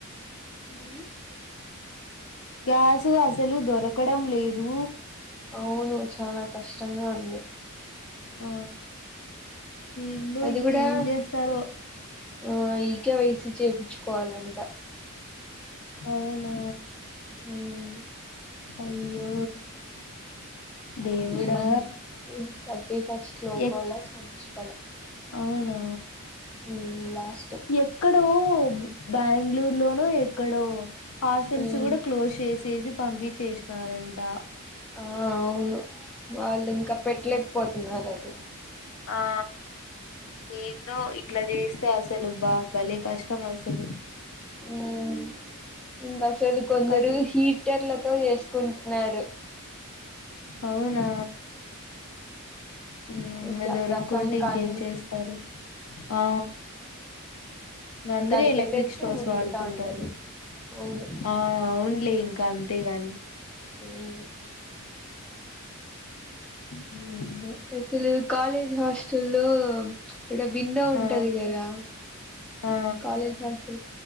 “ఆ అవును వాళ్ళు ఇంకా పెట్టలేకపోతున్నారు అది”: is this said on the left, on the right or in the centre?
Centre